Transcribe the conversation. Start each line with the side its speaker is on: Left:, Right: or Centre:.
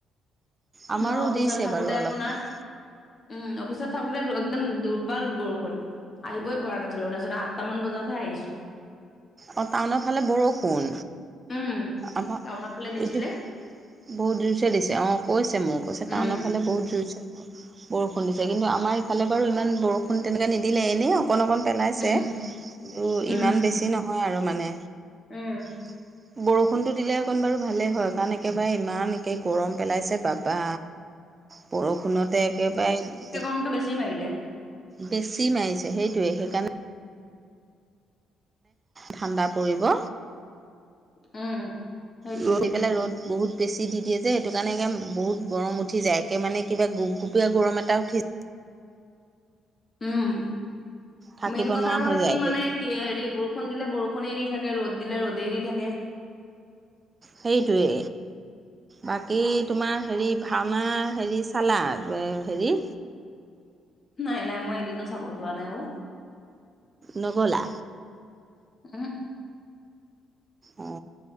Right: আমাৰো
Left: মই অফিচত
Right: দিছে
Left: থাকোতে
Right: বাৰু অলপ
Left: আপোনাৰ
Right: অলপ
Left: উম অফিচত থাকোতে একদম দুৰ্বাল বৰষুণ আহিবই পৰা নাছিলো তাৰপিছত আঠতা মান বজাতহে আহিছো
Right: অ টাউনৰ ফালে বৰষুণ
Left: উম,
Right: আমাৰ
Left: টাউনৰ ফালে দিছিলে।
Right: এইটো বহুত জোৰছে দিছে অ কৈছে মোক কৈছে
Left: উম,
Right: টাউনৰ ফালে বহুত জোৰচে বৰষুণ দিছে কিন্তু আমাৰ ইফালে বাৰু ইমান বৰষুণ তেনেকে নিদিলে এনেই অ অকণ অকণ পেলাইছে
Left: উম,
Right: কিন্তু
Left: উম,
Right: ইমান বেছি নহয় আৰু মানে
Left: উম
Right: <unintelligible> বৰষুণটো দিলে অকণ বাৰু ভালেই হয় কাৰণ একেবাৰে ইমান একে গৰম পেলাইছে বাবা বৰষুণতে একেবাৰে
Left: মোকটো বেছি মাৰিলে
Right: বেছি মাৰিছে সেইটোয়ে সেইকাৰণে ঠাণ্ডা পৰিব
Left: উম সেইটোয়ে
Right: ৰদ
Left: সেইটোয়ে।
Right: দি পেলাই ৰ'দ বহুত বেছি দি দিয়ে যে সেইটো কাৰণে একে বহুত গৰম উঠি যায় একে মানে কিবা গোপ গোপীয়া গৰম এটা উঠি
Left: উম
Right: থাকিব
Left: মেইন কথা
Right: নোৱাৰা
Left: হ'ল
Right: হৈ যায়
Left: কি
Right: একে
Left: মানে কি হেৰি বৰষুণ দিলে বৰষুণে দি থাকে ৰদ দিলে ৰদেই দি থাকে।
Right: সেইটোৱে। বাকী তোমাৰ হেৰি ভাওনা হেৰি চালা হেৰি?
Left: নাই -নাই মই এদিনো চাব যোৱা নাই অ,
Right: নগলা?
Left: ওহোঁ।
Right: অ,